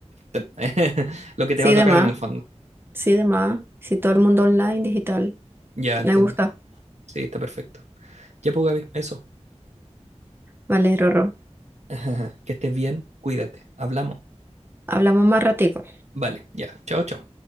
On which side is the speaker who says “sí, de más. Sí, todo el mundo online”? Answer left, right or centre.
Right